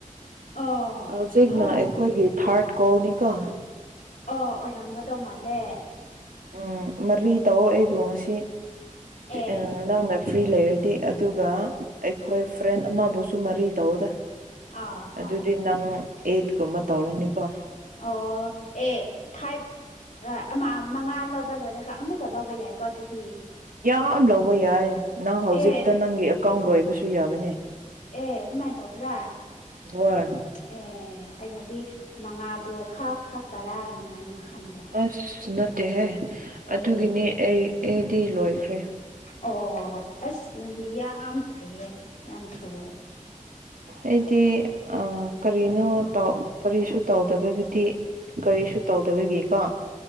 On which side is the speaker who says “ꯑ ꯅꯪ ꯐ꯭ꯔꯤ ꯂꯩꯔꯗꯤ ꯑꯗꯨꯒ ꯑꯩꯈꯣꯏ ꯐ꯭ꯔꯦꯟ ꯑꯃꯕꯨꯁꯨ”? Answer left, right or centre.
Right